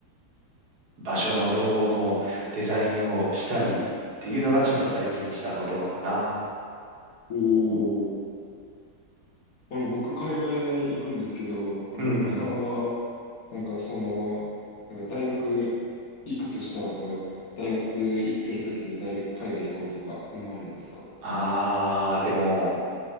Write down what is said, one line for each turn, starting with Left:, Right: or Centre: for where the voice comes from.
Right: 場所のロゴのデザインをしたりっていうのがちょっと最近したことかな。
Left: はい。おー。あの、僕、海外大に行くんですけど、あの、
Right: うんうん。
Left: 宇野さんは、なんかその、なんか大学行くとしたら、その大学行ってる時に大、海外行こうとか思わないんですか
Right: ああ、でも、